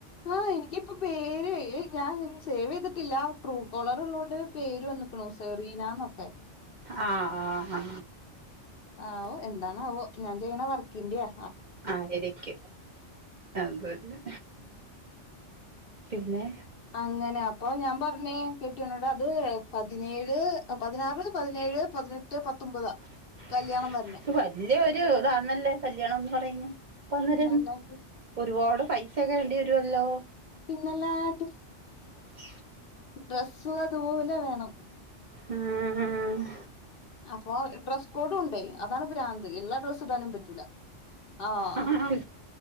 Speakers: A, on the left; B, on the right.
A: ആ എനിക്കിപ്പൊ പേരായ് ഏ ഞാൻ ഒന്നും സേവെയ്തിട്ടില്ല ട്രൂ കോളർ ഉള്ളോണ്ട് പേര് വന്ന്ക്ക്ണു സെറീനന്നൊക്കെ
B: ആ ആ ആ
A: ആവോ എന്താണാവോ ഞാൻ ചെയ്യണ വർക്കിൻ്റ്യാ
B: ആ ഇരിക്കും അതെന്നെ പിന്നെ
A: അങ്ങനെ അപ്പൊ ഞാ പർഞ്ഞേ കെട്ട്യോനോടത് പതിനേഴ് പതിനാറ് പതിനേഴ് പതിനെട്ട് പത്തൊമ്പതാ
B: ഉ
A: കല്യാണം വരണേ
B: വല്യ ഒരു ഇതാന്നല്ലേ കല്യാണംന്ന് പറയുന്നെ പ്പ അന്നേരം
A: പിന്നല്ലാണ്ട്
B: ഒരുപാട് പൈസ്യക്കെ വേണ്ടി വരുവല്ലോ
A: പിന്നെല്ലാണ്ട്
B: ഉ
A: ഡ്രസ്സ് അതുപോലെ വേണം
B: ഉം
A: അപ്പൊ ഡ്രസ് കോഡു ണ്ടേ അതാണ് ഭ്രാന്ത് ഇള്ള ഡ്രസ്സിടാനും പറ്റൂല ആഹ്
B: ആന്ന്